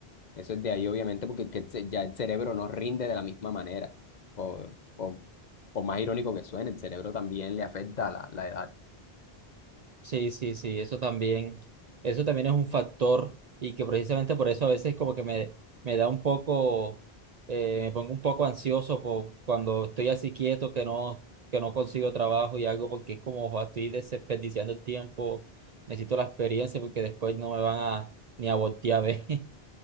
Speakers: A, on the left (about 50°); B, on the right (about 55°).
A: eso es de ahí obviamente, porque es que se- ya el cerebro no rinde de la misma manera, o, o, por más irónico que suene, el cerebro también le afecta a la, la edad.
B: Sí, sí, sí, eso también, eso también es un factor y que precisamente por eso a veces como que me, me da un poco, eh, me pongo un poco ansioso po- cuando estoy así quieto que no, que no consigo trabajo y algo porque es como, "Joa, estoy desperdiciando el tiempo, necesito la experiencia porque después no me van a ni a voltear a ver. <laughs>